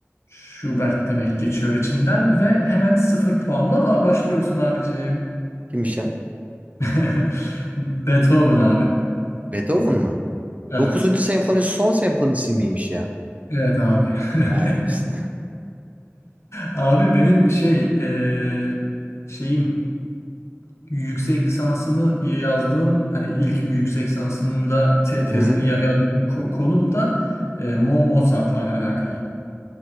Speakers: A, on the left; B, on the right.
A: Schubert demek geçiyor içinden ve hemen sıfır puanla ba- başlıyorsun abicim.
B: Kimmiş ya?
A: <laughs> Beethoven abi.
B: Beethoven mı?
A: Evet.
B: 9. senfonisi son senfonisi miymiş ya?
A: Evet abi. <laughs>
B: Vay anasını.
A: Abi benim şey eee, şeyim yüksek lisansımı yazdığım hani ilk yüksek lisansımda te- tezimi
B: Hı hı.
A: ya- yazdığım ko- konum da eee, Mo- Mozart'la al- alakalı.